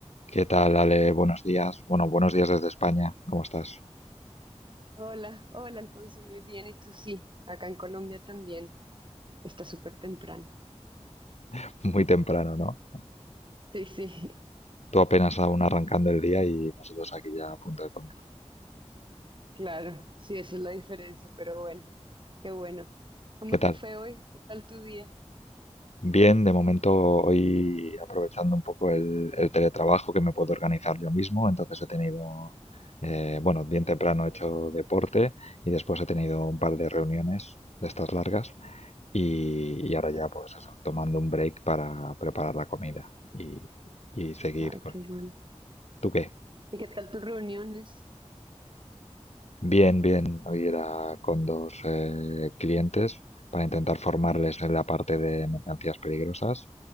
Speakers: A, on the left; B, on the right.
A: ¿Qué tal, Ale? Buenos días. Bueno, buenos días desde España. ¿Cómo estás?
B: Hola, hola Alfonso, muy bien. ¿Y tú sí? Acá en Colombia también. Está súper temprano.
A: <laughs> Muy temprano, ¿no?
B: Sí, sí,
A: Tú apenas aún arrancando el día y nosotros aquí ya a punto de comer.
B: <laughs> claro. Sí, esa es la diferencia, pero bueno, qué bueno. ¿Cómo
A: ¿Qué tal?
B: te fue hoy? ¿Qué tal tu día?
A: Bien, de momento hoy aprovechando un poco el, el teletrabajo que me puedo organizar yo mismo, entonces he tenido, eh, bueno, bien temprano he hecho deporte y después he tenido un par de reuniones de estas largas y,
B: Ujú.
A: y ahora ya pues eso, tomando un break para preparar la comida y, y seguir
B: Ay,
A: con...
B: qué bueno.
A: ¿Tú qué?
B: ¿Y qué tal tus reuniones?
A: Bien, bien. Hoy era con dos eh, clientes para intentar formarles en la parte de mercancías peligrosas